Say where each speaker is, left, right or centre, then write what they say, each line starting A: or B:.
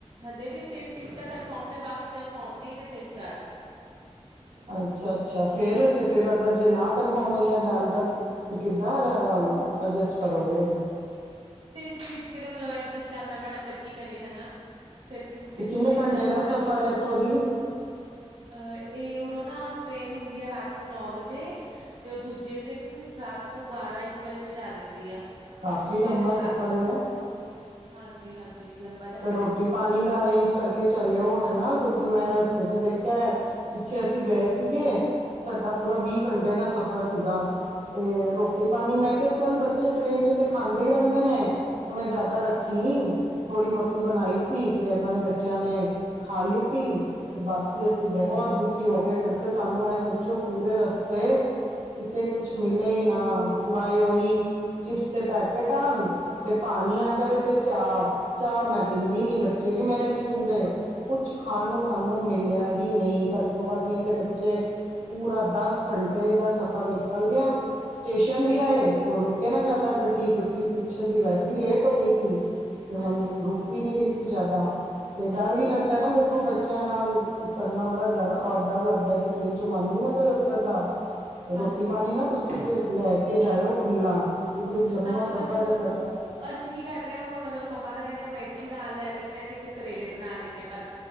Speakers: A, on the right; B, on the right.
A: ਹਜੇ ਵੀ ਤਿੰਨ ਟਿਕਟਾਂ ਕਨਫਰਮ ਨੇ ਬਾਕੀ ਕਨਫਰਮ ਨਹੀਂ ਨੇ ਤਿੰਨ ਚਾਰ
B: ਅੱਛਾ ਅੱਛਾ ਫੇਰ ਤੇ ਫੇਰ ਅਗਰ ਜੇ ਨਾ ਕਨਫਰਮ ਹੋਈਆਂ ਜਾਣ ਤੱਕ ਫੇਰ ਕਿੱਦਾਂ ਐਡਜਸਟ ਕਰੋਗੇ
A: ਤਿੰਨ ਸੀਟ ਮਤਲਬ ਐਡਜਸਟ ਕਰਨਾ ਪੈਣਾ ਫੇਰ ਕੀ ਕਰੀਏ ਹਨਾ ਫੇਰ ਤਿੰਨ ਸੀ
B: ਤੇ
A: ਤਿੰਨ
B: ਕਿੰਨੇ ਘੰਟੇ
A: ਚਾਰ
B: ਦਾ
A: ਸੀਟਾਂ
B: ਸਫ਼ਰ
A: ਜੋ
B: ਹੈ ਇੱਥੋਂ ਦੀ
A: ਅ ਇਹ ਉਦੋਂ ਨਾ ਟ੍ਰੇਨ ਹੁੰਦੀ ਹੈ ਰਾਤ ਨੂੰ ਨੌ ਵਜੇ ਤੇ ਉਹ ਦੂਜੇ ਦਿਨ ਰਾਤ ਨੂੰ ਬਾਰਾਂ ਇੱਕ ਵਜੇ ਪਹੁੰਚਾ ਦਿੰਦੀ ਆ
B: ਕਾਫੀ
A: ਦੂਜੇ
B: ਲੰਬਾ
A: ਦਿਨ ਰਾਤ
B: ਸਫ਼ਰ
A: ਨੂੰ
B: ਹੈ
A: ਹਾਂਜੀ ਹਾਂਜੀ ਲੰਬਾ ਤਾਂ
B: ਤੇ
A: ਹੈ
B: ਰੋਟੀ ਪਾਣੀ ਦਾ ਅਰੇਂਜ ਕਰਕੇ ਚੱਲਿਓ ਹਨਾ ਕਿਉਂਕਿ ਮੈਂ ਰਸਤੇ ਚ ਦੇਖਿਆ ਹੈ ਪਿੱਛੇ ਅਸੀਂ ਗਏ ਸੀਗੇ ਸਾਡਾ ਪੂਰਾ ਵੀਹ ਘੰਟੇ ਦਾ ਸਫ਼ਰ ਸੀਗਾ ਤੇ ਰੋਟੀ ਪਾਣੀ ਮੈਂ ਕਿਹਾ ਚੱਲ ਬੱਚੇ ਟ੍ਰੇਨ ਚ ਤੇ ਖਾਂਦੇ ਹੀ ਰਹਿੰਦੇ ਨੇ ਉਹ ਮੈਂ ਜਿਆਦਾ
A: ਹਾਂਜੀ
B: ਰੱਖੀ ਨੀ ਥੋੜ੍ਹੀ ਬਹੁਤੀ ਬਣਾਈ ਸੀ ਤੇ ਇਹਨਾਂ ਨੇ ਬੱਚਿਆਂ ਨੇ ਖਾ ਲਿੱਤੀ। ਤੇ ਬਾਕੀ ਅਸੀਂ ਬਹੁਤ
A: ਹਾਂਜੀ
B: ਦੁ ਕੀ ਹੋ ਗਏ ਫਿਰ ਤੇ ਸਾਨੂੰ ਐ ਸੋਚੋ ਪੂਰੇ ਰਸਤੇ ਕਿਤੇ ਕੁਛ ਮਿਲੇ
A: ਹਾਂਜੀ
B: ਹੀ ਨਾ ਸਿਵਾਏ ਉਹੀ ਚਿਪਸ ਦੇ ਪੈਕੇਟ ਆਉਣ ਤੇ ਪਾਣੀ
A: ਹਾਂਜੀ,
B: ਆ ਜਾਵੇ ਤੇ ਚਾਹ। ਚਾਹ ਮੈਂ ਪੀਂਦੀ ਨੀ ਬੱਚੇ ਵੀ ਮੇਰੇ ਨੀ ਪੀਂਦੇ ਕੁਛ ਖਾਣ
A: ਹਾਂਜੀ,
B: ਨੂੰ ਸਾਨੂੰ ਨੂੰ ਮਿਲਿਆ ਹੀ ਨਹੀਂ ਘੱਟ ਤੋਂ ਘੱਟ ਨਹੀਂ ਤੇ ਬੱਚੇ ਪੂਰਾ ਦਸ ਘੰਟੇ ਦਾ ਸਫ਼ਰ ਨਿਕਲ ਗਿਆ, ਸਟੇਸ਼ਨ ਵੀ ਆਏ ਤੇ ਉਹ ਰੁ ਰੁਕੇ ਨਾ ਜਿਆਦਾ
A: ਹਾਂਜੀ,
B: ਗੱਡੀ ਕਿਉਂਕਿ ਪਿੱਛੇ ਦੀ ਵੈਸੀ ਲੇਟ ਹੋ ਗਈ ਸੀ। ਤੇ ਹੁਣ
A: ਹਾਂਜੀ,
B: ਰੁਕ ਵੀ ਨੀ ਰਹੀ ਸੀ ਜ਼ਿਆਦਾ ਤੇ
A: ਹਾਂਜੀ,
B: ਡਰ ਵੀ ਲੱਗਦਾ ਨਾ ਦੇਖੋ ਬੱਚਿਆਂ ਨਾਲ ਉਤਰਨਾ ਬੜਾ ਡਰ ਰ ਡਰ ਲੱਗਦਾ ਕਿ ਟ੍ਰਰੇਨ ਚ ਮਨ ਵੀ ਨਾ ਕਰੇ ਉਤਰਨ ਦਾ ਰੋਟੀ
A: ਹਾਂਜੀ,
B: ਪਾਣੀ
A: ਹਾਂਜੀ,
B: ਨਾ ਤੁਸੀਂ ਫਿਰ ਲੈ ਕੇ ਜਾਇਓ ਖੁੱਲਾ, ਕਿਉਂਕਿ ਲੰਬਾ
A: ਹਾਂਜੀ
B: ਸਫ਼ਰ
A: ਮਤਲਬ
B: ਏ ਤੁਹਾਡਾ।
A: ਅਸੀਂ ਕੀ ਕਰ ਰਹੇ ਹਾਂ ਹੁਣ, ਮਤਲਬ ਮੰਮਾ ਤਾਂ ਕਹਿੰਦੇ ਮੇਥੀ ਨਾਲ ਲੈ ਲੈਂਦੇ ਹਾਂ ਤੇ ਇੱਕ ਕਰੇਲੇ ਬਣਾ ਲੈਂਦੇ ਹਾਂ ਭਰ